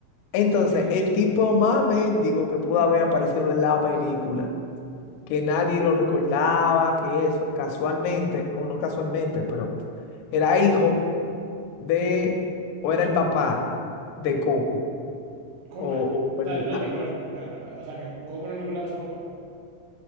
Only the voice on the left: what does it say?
Entonces,
el tipo más mendigo que pudo haber aparecido en la película, que nadie lo recordaba, que eso, casualmente, o no casualmente, pero era hijo de, o era el papá de Coco,
o,
o
el-
algo
así.